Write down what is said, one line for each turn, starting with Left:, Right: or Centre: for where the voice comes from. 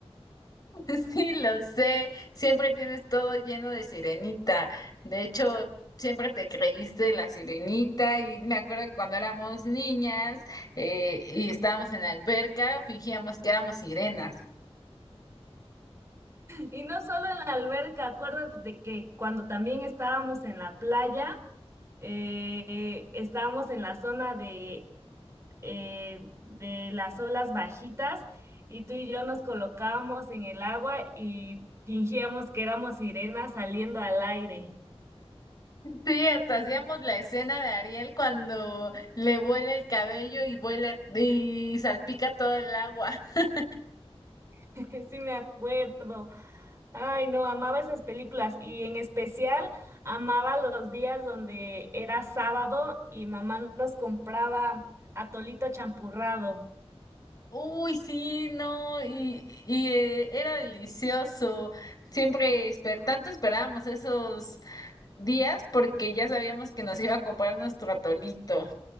Left: <laughs> Sí, lo sé, siempre tienes todo lleno de sirenita. De hecho, siempre te creíste la sirenita y me acuerdo que cuando éramos niñas eh, y estábamos en la alberca, fingíamos que éramos sirenas.
Right: Y no solo en la alberca, acuérdate de que cuando también estábamos en la playa, eh, estábamos en la zona de eh, de las olas bajitas y tú y yo nos colocábamos en el agua y fingíamos que éramos sirenas saliendo al aire.
Left: Sí, hasta hacíamos la escena de Ariel cuando le vuela el cabello y vuela y salpica todo el agua. <laughs>
Right: <laughs> Sí me acuerdo. Ay, no, amaba esas películas y en especial amaba los días donde era sábado y mamá nos compraba atolito champurrado.
Left: Uy, sí, no, y, y eh, era delicioso. Siempre esper tanto esperábamos esos días porque ya sabíamos que nos iba a comprar nuestro atolito.